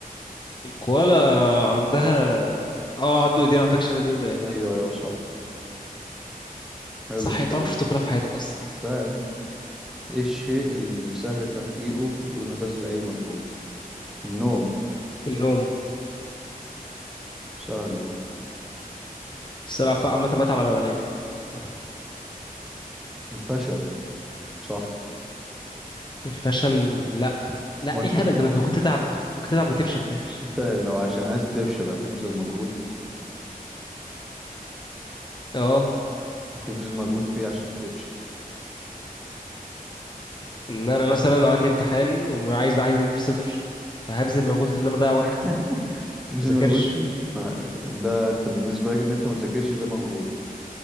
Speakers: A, on the left; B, in the centre.
A: الكوالا عندها اه عنده ايدين على فكره شبه ايدين البني ادمين
B: ايوه ايوه صح حلو
A: صح
B: السؤال
A: انت عمرك شفت كولا
B: ده
A: في حياتك اصلا
B: شفتها يا ابني ايه الشيء اللي سهل تحقيقه دون بذل اي مجهود النوم
A: النوم
B: سهلة دي
A: الصراحه ف- عامه بتعب على ما بنام يعني عامه
B: الفشل صح
A: الفشل لا لا
B: هو انت
A: ايه الهبل ده ما انت ممكن تتعب ممكن تتعب وتفشل في الاخر
B: انت لو عشان عايز تفشل هتبذل مجهود
A: اه
B: هتبذل مجهود فيه عشان تفشل
A: ان انا مثلا لو عندي امتحان وعايز عايز اجيب في صفر فهبذل مجهود في ان انا اضيع وقت
B: <laughs>
A: ما
B: تبذل
A: اذاكرش
B: مجهود فيه. ما- ده انت بالنسبة لك ان انت ما تذاكرش ده مجهود